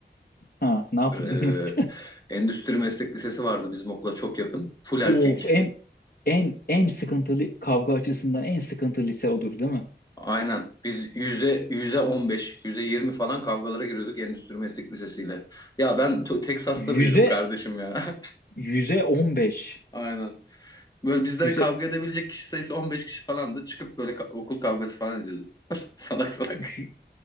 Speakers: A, on the left; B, on the left.
A: ha ne yapıyordunuz?
B: Ee, Endüstri Meslek Lisesi vardı bizim okula çok yakın.
A: <laughs>
B: Full erkek.
A: Of en en en sıkıntılı kavga açısından en sıkıntılı lise odur değil mi?
B: Aynen. Biz yüze, yüze 15, yüze 20 falan kavgalara giriyorduk Endüstri Meslek Lisesi'yle. Ya ben to- Texas'ta
A: Yüze
B: büyüdüm kardeşim ya.
A: yüze 15
B: <laughs> Aynen. Böyle bizden
A: Yüze
B: kavga edebilecek kişi sayısı 15 kişi falandı. Çıkıp böyle ka- okul kavgası falan ediyorduk. <laughs> Salak salak.
A: yü-